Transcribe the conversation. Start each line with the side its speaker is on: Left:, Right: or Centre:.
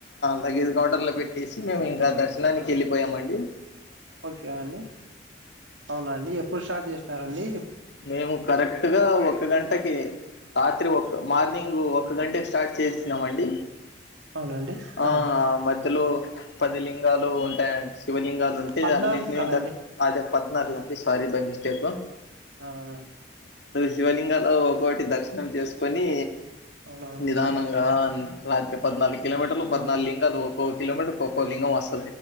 Left: లగేజ్ కౌంటర్ లో పెట్టేసి మేము ఇంకా దర్శనానికి ఎళ్ళిపోయామండి.
Right: ఓకే అండి అవునా అండి ఎప్పుడు స్టార్ట్ జేశినారండి.
Left: మేము కరెక్ట్ గా ఒక గంటకి రాత్రి ఒక. మార్నింగు ఒక గంటే స్టార్ట్ చేసినామండి
Right: అవునండి
Left: ఆహ్
Right: ఆ
Left: మద్. మధ్యలో పది లింగాలు ఉంటాయి అన్ శివలింగాలు ఉంటయి
Right: పద్నాలుగు
Left: అన్నింటిని
Right: కదండి
Left: తట్ అది. పద్నాలుగు అండి సారీ బై మిస్టేకు.
Right: ఆహ్.
Left: శివలింగాలో ఒక్కోక్కటి దర్శనం చేసుకొని
Right: అవునవునులేండి
Left: నిదానంగా. రాత్రి పద్నాలుగు కిలోమీటర్లు
Right: ఆ
Left: పద్నాలుగు లింగాలు ఒక్క కిలోమీటర్ కు ఒక్కొ లింగం వస్.